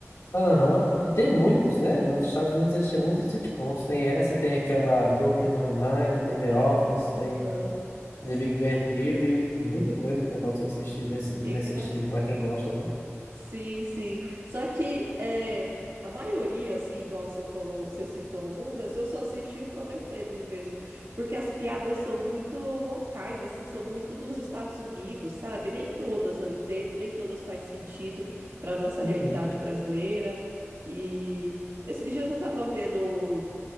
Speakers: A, on the left; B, on the right.
A: Aham. E tem muitos, né? Nos Estados Unidos existem muitos sitcoms. Tem essa, tem aquela Brooklyn Nine-Nine, tem The
B: Ah,
A: Office, tem
B: aham. Sim,
A: The Big Bang Theory. Muita coisa tem pra você assistir nesse,
B: é
A: nesse
B: engraçado.
A: estilo, pra quem gosta, né?
B: Sim, sim. Só que é, a maioria, assim, igual você falou, você citou algumas, eu só assisti o Modern Family mesmo, porque as piadas são muito locais, assim, são muito dos Estados Unidos, sabe? Nem todas eu entendo, nem todas faz sentido para nossa
A: Uhum.
B: realidade brasileira. E esses dias eu tava vendo,